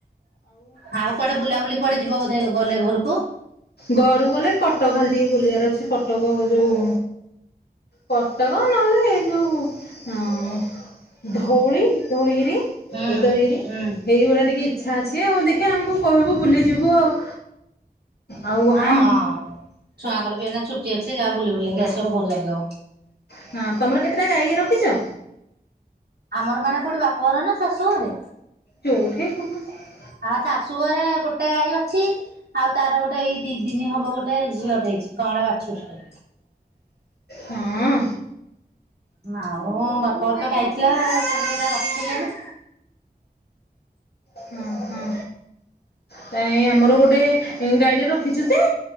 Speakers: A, on the right; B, on the left.
A: ହଉ କୁଆଡେ ବୁଲାବୁଲି କଆଡେ ଯିବ ବୋଧେ ଗଲେ ଘରକୁ?
B: ଗରୁ ଗଲେ କଟକ ଖାଲି ଟିକେ ବୁଲିବାର ଅଛି କଟକ ଯୋଉ କଟକ ନହେଲେ ଯୋଉ ଅ ଧଉଳି ଧଉଳିିଗିରି।
A: ହୁଁ
B: ଉଦୟଗିରି
A: ହୁଁ
B: ହେଇଗୁଡା ଟିକେ ଇଛା ଅଛି ଆଉ ଆଉ ଦେଖିବା ଆମକୁ କହିବୁ ବୁଲିଯିବୁ ଆଉ। ଆଉ
A: ହଁ
B: ଆମ
A: ଛୁଆଙ୍କର ବି ଏନା ଛୁଟି ଅଛି। ସେ ଯା ବୁଲି ବୁଲାକି
B: ହଁ
A: ଆସିବ ଭଲ ଲାଗିବ।
B: ହଁ ତମର କେତେଟା ଗାଈ? ରଖିଛ।
A: ଆମର ମାନେ କୋଉଠି ବାପ ଘର ନା ଶାଶୁ ଘରେ?
B: ଜୋଉଠି <unintelligible>
A: ଆଉ ଶାଶୁ ଘରେ ଗୋଟେ ଗାଈ ଅଛି ଆଉ ତାର ଗୋଟେ ଏଇ ଦି ଦିନି ହବ ଗୋଟେ ଝିଅଟେ ହେଇଛି କଁଳା ବାଛୁରୁରୀଟେ।
B: ହଁ।
A: ମାଉ ବାପ ଘର ତ ଖାଇଥିଲା <unintelligible> ରଖିଲେନି।
B: ହୁଁ ହୁଁ। ନାଇ ଆମର ଗୋଟେ ଗାଈଟେ ରଖିଛୁ। ଯେ